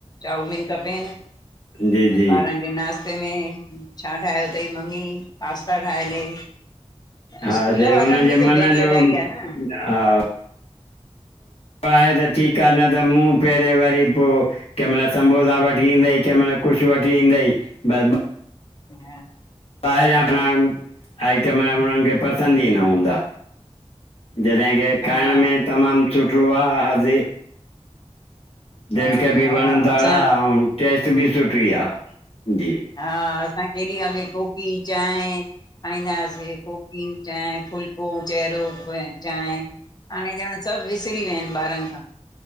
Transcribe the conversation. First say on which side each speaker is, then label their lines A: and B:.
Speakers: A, on the left (about 40°); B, on the left (about 65°).
A: चाउमीन खपेनि
B: जी जी
A: बारन वरी नाश्ते में छा ठाहियो तई मम्मी? पास्ता ठाहे ॾे
B: हा
A: इस्कूल
B: जे हुनजे
A: वारनि बि त
B: मन
A: बैन
B: जो
A: लॻाई आ न।
B: हा आहे त ठीकु आ, न त मूंह फेरे वरी पो कंहिं महिल सम्बोसा वठी ईंदई कंहिं महिल कुछ वठी ईंदई बस
A: हा।
B: ॿाहिरियां प आइटम उन्हनि खे पसंदि ई न हूंदा। जॾें के
A: हा
B: खाइण में तमामु सुठो आहे हाज़
A: हा
B: दिलि खे बि
A: हा
B: वणंदड़
A: हा असां
B: आ अऊं टेस्ट बि सुठी आ जी।
A: हा असां केॾी अॻे कोकी चांय खाईंदा हासे कोकियूं चांहि, फुलको चहिरो चांयं हाणे ॼणु सभु विसरी विया हिनि ॿारनि खां